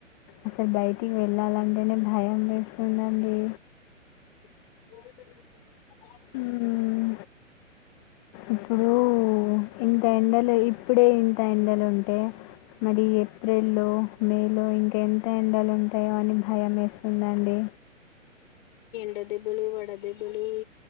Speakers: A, on the left; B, on the left.
A: అసల్ బయటికి వెళ్ళాలంటేనే భయం వేస్తుందండి
B: <inaudible>
A: హ్మ్. ఇప్పుడు ఇంత ఎండలు ఇప్పుడే ఇంత ఎండలు ఉంటె మరి ఏప్రిల్లో మేలో ఇంక ఎంత ఎండలు ఉంటాయో అని భయం వేస్తుందండి
B: వడ దెబ్బలు వడ దెబ్బలు